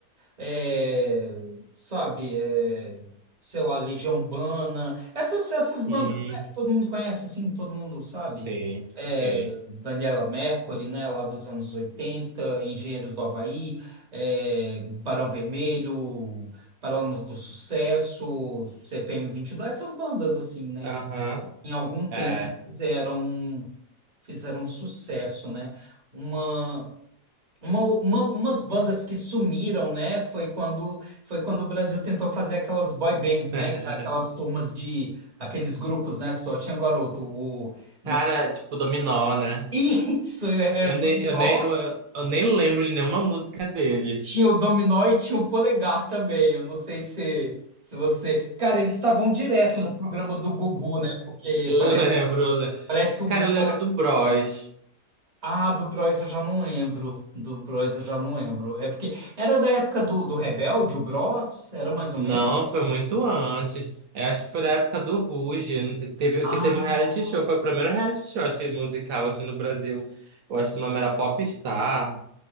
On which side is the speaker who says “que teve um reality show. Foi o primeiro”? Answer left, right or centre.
Right